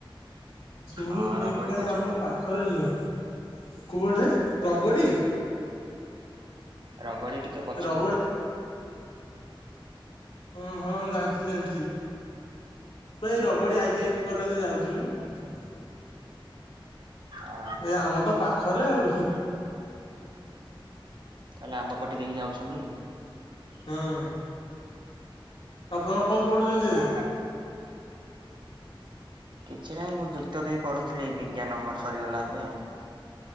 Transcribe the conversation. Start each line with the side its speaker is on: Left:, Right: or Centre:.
Left: ଶୁଣିଚି
Right: ଆ ରଗଡି
Left: କାଇଁ
Right: ପଛକୁ
Left: ଆମ ପାଖରେ ନୁହେଁ। କୋଉ ଆଡେ ଯେ ରଗଡ଼ି?
Right: ରଗଡି ଟିକେ ପଛକୁ।
Left: ରଗଡି ହଁ ହଁ ଜାଣିଛି ଜାଣିଛି। ଭାଇ
Right: ହୁଁ
Left: ରଗଡି ଆଇ ଟି ଆଇ କଲେଜେ ଯାଉଛି ମୁଁ।
Right: ଅ
Left: ଏଇ ଆମ ତ ପାଖରେ ଆଉ।
Right: ତାହେଲେ ତାହେଲେ ଆମ ପଟେ ଦେଇକି ଯାଉଛନ୍ତି।
Left: ହଁ ଆପଣ କଣ ପଢୁଛନ୍ତି ଏବେ?
Right: ଆଉ ଖା କିଛି ନାହିଁ, ମୁଁ ଯୁକ୍ତ ଦୁଇ ପଢୁଥିଲି ବିଜ୍ଞାନ ମୋର ସରିଗଲା ଏବେ।